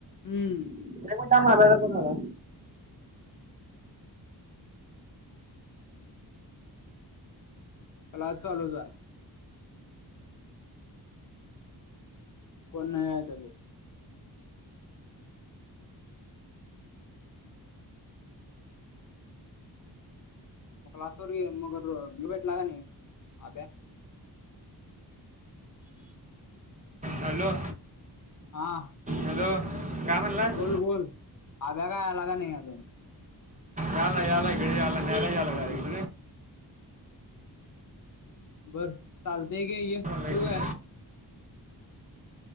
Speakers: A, on the left; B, on the right.
A: हुं.
B: एक मिनिट थांब. अभ्याचा फोन आलाय.
A: क्लास चालूच हाय. कोन नाही आत आजुन. मग क्लास वर, मग यो भेटला का नाय अभ्या.
B: हॅलो.
A: हा.
B: हॅलो. काय म्हणलास
A: बोल बोल, अभ्या काय आला काय नाही अजून?
B: यालाय यालाय इकडं यालाय, न्यायला याय लागलाय.
A: बर चालतय घे ये. ठेऊ
B: मला एक मिनिट.
A: काय?